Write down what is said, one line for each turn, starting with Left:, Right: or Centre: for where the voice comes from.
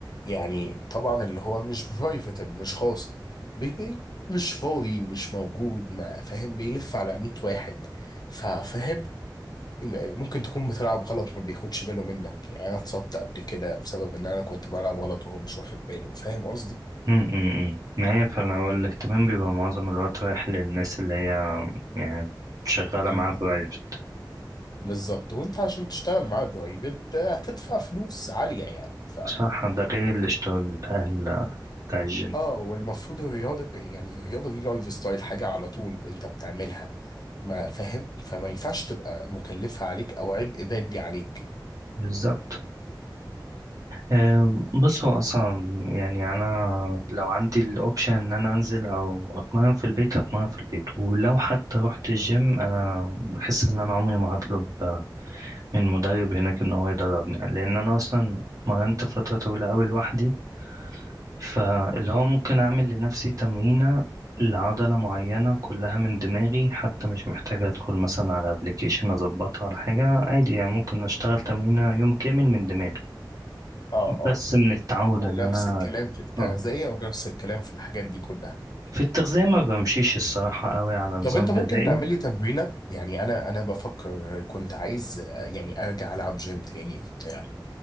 Left: يعني طبعا اللي هو مش برايفت مش خاص بي بي مش فاضي مش موجود ما فاهم بيلف على 100 واحد ففاهم ممكن تكون بتلعب غلط ما بياخدش باله منك يعني انا اتصبت قبل كده بسبب ان انا كنت بلعب غلط وهو مش واخد باله فاهم قصدي
Right: أمم أمم. ما هي فعلا هو الاهتمام بيبقى معظم الوقت رايح للناس اللي هي يعني شغالة
Left: ال-
Right: معاه برايفت
Left: بالظبط وانت عشان تشتغل معاه برايفت هتدفع فلوس عاليه يعني ف
Right: صح ده غير الاشتراك بتاع ال- بتاع الجيم
Left: اه والمفروض الرياضة يعني الرياضة دي لايف ستايل حاجة على طول انت بتعملها ما فاهم فما ينفعش تبقى مكلفة عليك او عبء مادي عليك
Right: بالظبط آه، بص هو أصلا يعني أنا لو عندي الأوبشن إن أنا أنزل أو أتمرن في البيت هتمرن في البيت ولو حتى رحت الجيم أنا بحس إن أنا عمري ما هطلب آه، من مدرب هناك إن هو يدربني لأن أنا أصلا اتمرنت فترة طويلة أوي لوحدي فاللي هو ممكن أعمل لنفسي تمرينة لعضلة معينة كلها من دماغي حتى مش محتاجة أدخل مثلا على أبليكيشن أظبطها على حاجة عادي يعني ممكن أشتغل تمرينة يوم كامل من دماغي
Left: اه اه
Right: بس من التعود
Left: ونفس
Right: إن أنا
Left: الكلام في التغذية
Right: اه
Left: ونفس الكلام في الحاجات دي كلها
Right: في التغذية ما بمشيش الصراحة قوي على نظام
Left: طب انت ممكن
Right: غذائي
Left: تعمل لي تمرينة يعني انا انا بفكر كنت عايز آه، يعني ارجع العب جيم تاني بتاع إيه-